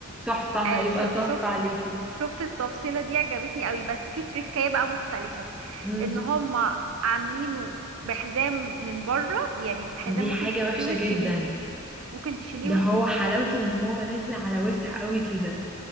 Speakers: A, in the centre; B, on the right (about 70°).
A: تحفة
B: آه
A: هيبقى
B: شو-
A: تحفة
B: شفت
A: عليكي
B: شفت التفصيله دي عجبتني قوي بس في تريكايه بقى مختلفه
A: امم
B: ان هم عاملينه بحزام من بره يعني حزام
A: دي
B: ممكن
A: حاجة
B: تحطيه
A: وحشة
B: وتشيليه
A: جدا
B: ممكن تشيليه
A: ده
B: وتحطيه
A: هو حلاوته ان هو نازل على واسع قوي كده